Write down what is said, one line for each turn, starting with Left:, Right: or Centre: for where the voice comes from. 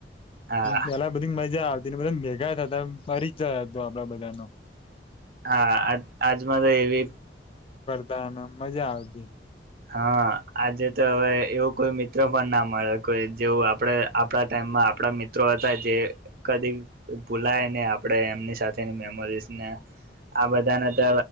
Right: હા
Left: પેલા બધી મજા <unintelligible> મેગા તા દમ પરિચય હતો આપડા બધાનો.
Right: હા આ આજમાં તો એ
Left: પણ મજા આવતી.
Right: હા આજે તો હવે એવો કોઈ મિત્રો પણ ના મળે કોઈ જેવું આપડે આપડા ટાઈમમાં આપડા મિત્રો હતા જે કદી ભૂલાય ને આપડે એમની સાથેની મેમરીઝ ને આ બધાને તો